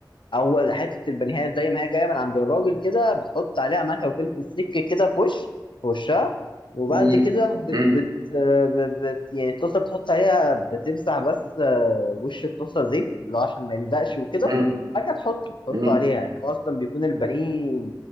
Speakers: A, on the left; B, on the right.
A: اول حته البانيهات زي ما هي جايه من عند الراجل كده بتحط عليها ملح وفلفل سكه كده في وش في وشها وبعد
B: مم.
A: كده بت
B: مم.
A: بت آه، ب- بت يعني الطاسه بتحط عليها بتمسح بس آه، وش الطاسه زيت اللي هو عشان ما يلزقش وكده
B: مم.
A: وبعد كده تحطه تحطه
B: مم.
A: عليها يعني هو اصلا بيكون البانيه